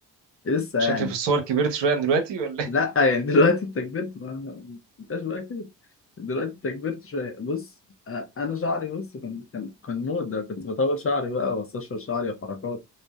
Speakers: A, on the left; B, on the right.
A: لسه
B: شكلي
A: يعني
B: في الصور كبرت شويه عن دلوقتي ولا إيه؟
A: لا يعني دلوقتي انت كبرت ما ما انتش بقى كده دلوقتي انت كبرت شويه بص أ- انا شعري بص كان كان كان موضه كنت بطول شعري بقى واستشفى شعري وحركات